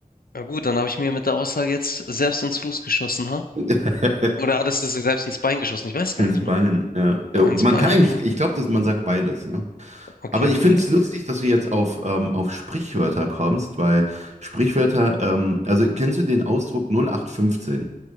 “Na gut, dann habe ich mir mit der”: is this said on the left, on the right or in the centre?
Left